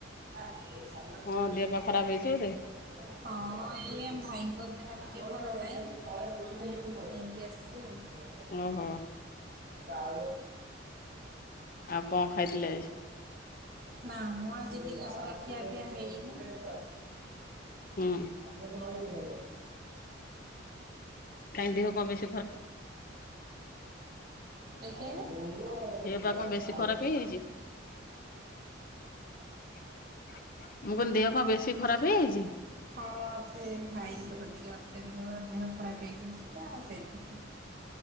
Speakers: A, on the right; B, on the left.
A: ଏ ସଂଙ୍ଗ
B: ହଁ
A: ସ
B: ଦେହ ପା
A: ପ୍ର
B: ଖରାପ ହେଇଛି ବୋଧେ
A: ହଁ ଏଇ ଆମ ଭାଇଙ୍କ ଦେହ ଟିକେ ଭଲ ନାହିଁ <unintelligible> ନେଇକି ଆସଚୁ ଆଉ
B: ଓହୋ।
A: ଆଉ
B: ଆଉ କଣ ଖାଇଥିଲେ ଆଜି?
A: ନା ମଁ ଆଜିିଦିନ ସାରା ଖିଆ ପିଆ ହେଇନି।
B: ହୁଁ।
A: <inaudible>
B: କାଇଁ ଦେହ କଣ ବେଶ
A: ଆଜ୍ଞା। ଭଉ
B: ଦେହ ପା କଣ ବେଶୀ ଖରାପ ହେଇଯାଇଛି? ମୁଁ କହିଲି ଦେହ କଣ ବେଶୀ ଖରାପ ହେଇଯାଇଛି?
A: ହଁ ସେ ଭାଇଙ୍କର ଟିକେ ଅତ୍ୟଧିକ ଦେହ ଖରାପ ହେଇଯାଇଛି ତ ସେଥିପାଇଁ।